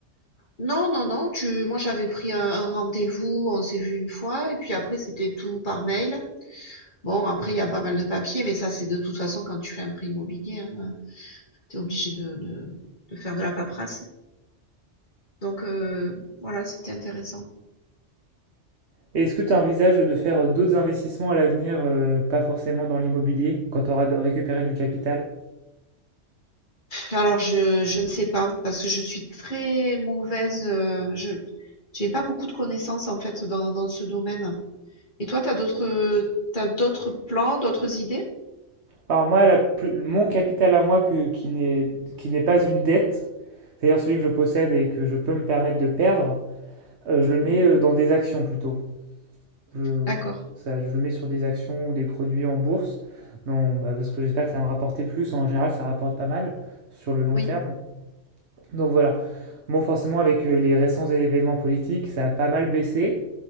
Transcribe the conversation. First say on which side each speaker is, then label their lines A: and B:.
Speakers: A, on the left (about 40°); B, on the right (about 60°).
A: Non, non, non. Tu, moi, j'avais pris un, un rendez-vous, on s'est vu une fois, et puis après, c'était tout par mail. Bon, après, il y a pas mal de papiers, mais ça, c'est de toute façon quand tu fais un prêt immobilier, hein, t'es obligé de, de, de faire de la paperasse. Donc euh, voilà, c'était intéressant.
B: Et est-ce que tu envisages de faire d'autres investissements à l'avenir, euh, pas forcément dans l'immobilier, quand tu auras récupéré du capital?
A: Alors je je ne sais pas parce que je suis très mauvaise, heu, je j'ai pas beaucoup de connaissances en fait dans dans ce domaine. Et toi, t'as d'autres, t'as d'autres plans, d'autres idées?
B: Alors moi, la plus- mon capital à moi que- qui n'est qui n'est pas une dette, c'est-à-dire celui que je possède et que je peux me permettre de perdre, euh, je le mets
A: Mmh.
B: euh, dans des actions plutôt. Je,
A: D'accord.
B: ça, je le mets sur des actions ou des produits en bourse, non, bah, parce que j'espère que ça va me rapporter plus. En général, ça rapporte pas mal sur le long
A: Oui,
B: terme. Donc voilà. Bon, forcément, avec euh, les récents événements politiques, ça a pas mal baissé.